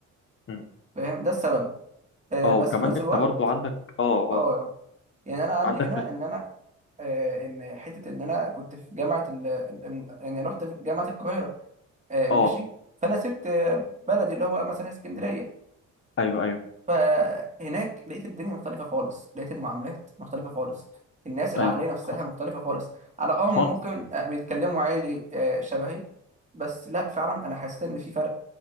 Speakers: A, on the left (about 45°); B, on the right (about 25°).
A: مم.
B: فاهم ده السبب آه
A: اه
B: بس
A: وكمان
B: في نفس
A: انت
B: الوقت
A: برضو عندك اه اه
B: اه يعني انا عندي
A: عندك
B: هنا
A: في ال...
B: ان انا آه ان حته ان انا كنت في جامعه ال ال- يعني رحت في جامعه القاهره آه ماشي
A: اه
B: فانا سبت آه، بلدي اللي هو مثلا اسكندريه
A: ايوه ايوه
B: فهناك لقيت الدنيا مختلفة خالص لقيت المعاملات مختلفة خالص الناس العقلية
A: ايوه
B: نفسها
A: حصل
B: مختلفة خالص على اه
A: خالص
B: هم ممكن آه، بيتكلموا عادي آه، شبهي بس لا فعلا انا حسيت ان في فرق